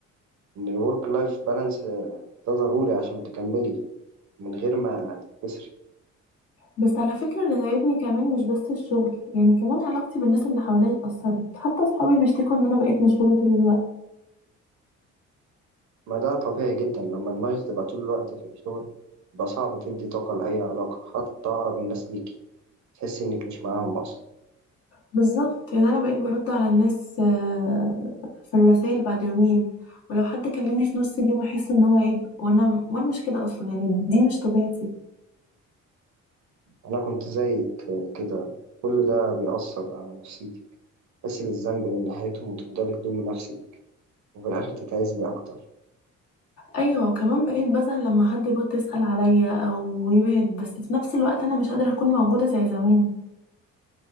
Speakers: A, on the right; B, on the left.
A: إن الورك لايف بالانس ده ضروري عشان تكملي من غير ما تتكسري
B: بس على فكرة اللي ضايقني كمان مش بس الشغل يعني كمان علاقتي بالناس اللي حواليا اتأثرت حتى صحابي بيشتكوا ان انا بقيت مشغولة طول الوقت
A: ما ده طبيعي جدا لما دماغك تبقى طول الوقت في الشغل يبقى صعب تدي طاقة لأي علاقة حتى أقرب الناس ليكي تحسي إنك مش معاهم أصلا
B: بالظبط يعني انا بقيت برد على الناس آه، في الرسائل بعد يومين ولو حد كلمني في نص اليوم احس ان هو عيب وانا وانا مش كده اصلا يعني دي مش طبيعتي
A: أنا كنت زيك كده كل ده بيأثر على نفسيتك تحسي بالذنب من ناحيتهم وتفضلي تلومي نفسك وفي الآخر تتعزلي أكتر
B: ايوه وكمان بقيت بزعل لما حد يبط يسأل عليا او يبعد بس في نفس الوقت انا مش قادرة اكون موجودة زي زمان